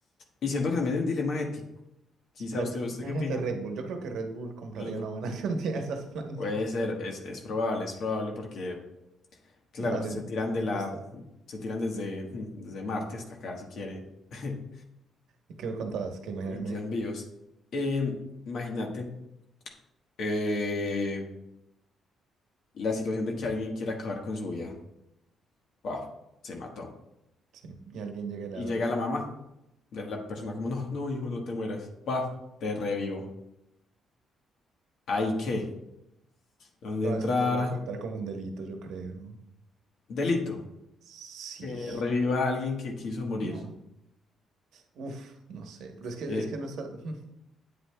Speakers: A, on the left; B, on the right.
A: Y siento que también hay un dilema ético. Quizá
B: Pero
A: usted,
B: ima-
A: ¿usted
B: Imagínate
A: qué opina?
B: Red Bull, yo creo que Red Bull compraría
A: Es
B: una
A: bu-
B: buena <laughs> cantidad de esas plantas.
A: puede ser, es, es probable, es probable porque, claro,
B: Así,
A: se tiran
B: les
A: de la,
B: gusta.
A: se tiran desde, <laughs> desde Marte hasta acá si quieren <laughs>
B: ¿Y qué me contabas? Que imagíname,
A: y quedan vivos. Em, imagínate eh, la situación de que alguien quiera acabar con su vida. Paf, se mató.
B: sí, y alguien llegue y le
A: Y
B: da la
A: llega
B: planta.
A: la mamá de la persona como, no, no, hijo, no te mueras. Paf, te revivo. ¿Ahí qué? Donde
B: No,
A: entra
B: eso tendría que contar como un delito, yo creo.
A: delito?
B: Sí,
A: Que reviva a alguien que quiso morir.
B: no. Uf, no sé, pero es que,
A: Que
B: es que no está, <laughs>